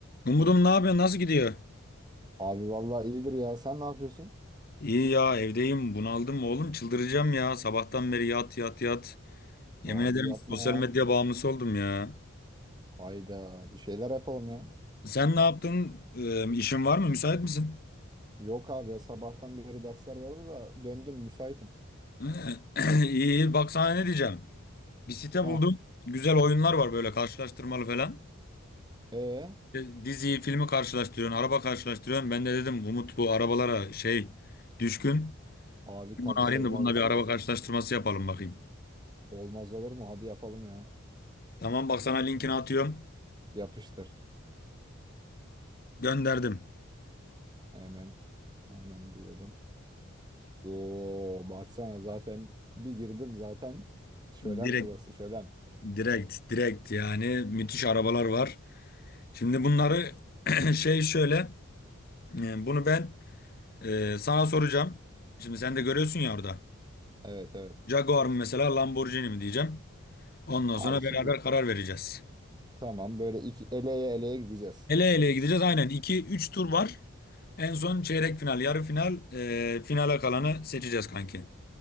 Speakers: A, on the left; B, on the right.
A: Umudum ne yapıyor? Nasıl gidiyor?
B: Abi vallahi iyidir ya. Sen ne yapıyorsun?
A: İyi ya evdeyim. Bunaldım oğlum. Çıldıracağım ya. Sabahtan beri yat yat yat. Yemin
B: Abi
A: ederim
B: yapma
A: sosyal
B: ya.
A: medya bağımlısı oldum ya.
B: Hayda bir şeyler yapalım ya.
A: Sen ne yaptın? Ee, işin var mı? Müsait misin?
B: Yok abi ya sabahtan beri dersler vardı da döndüm müsaitim.
A: <clears throat> İyi iyi. Bak sana ne diyeceğim. Bir site
B: Ha.
A: buldum. Güzel oyunlar var böyle karşılaştırmalı falan.
B: E
A: E, Diziyi, filmi karşılaştırıyorsun. Araba karşılaştırıyorsun. Ben de dedim Umut bu arabalara şey düşkün.
B: abi
A: Bunu
B: tabii
A: arayayım
B: sevdalısıyız.
A: da bununla bir araba karşılaştırması yapalım bakayım.
B: Olmaz olur mu? Hadi yapalım ya.
A: Tamam bak sana linkini atıyorum.
B: Yapıştır.
A: Gönderdim.
B: Hemen hemen giriyorum. Oo baksana zaten bir girdim zaten. Şölen
A: Direkt
B: burası şölen.
A: Direkt direkt yani müthiş arabalar var. Şimdi bunları <clears throat> şey şöyle e, bunu ben e, sana soracağım. Şimdi sen de görüyorsun ya orada.
B: Evet evet.
A: Jaguar mı mesela Lamborghini mi diyeceğim. Ondan
B: Abi
A: sonra
B: şimdi
A: beraber karar vereceğiz.
B: tamam böyle iki eleye eleye gideceğiz.
A: Ele eleye gideceğiz aynen 2 üç tur var. En son çeyrek final yarı final e, finale kalanı seçeceğiz kanki.